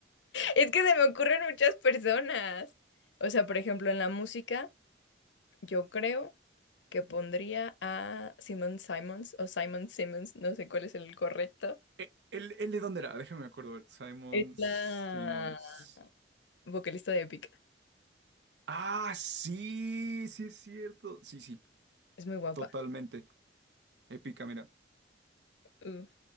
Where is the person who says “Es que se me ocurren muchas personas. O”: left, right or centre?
Left